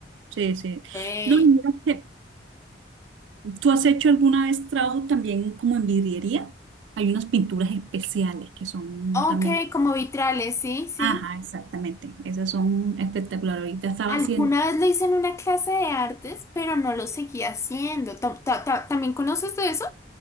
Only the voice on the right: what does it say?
sí, sí.
No, y mira que ¿Tú has hecho alguna vez trabajo también como en vidriería? Hay unas pinturas especiales que son
también.
Ajá, exactamente. Esas son espectaculares. Ahorita estaba
haciendo.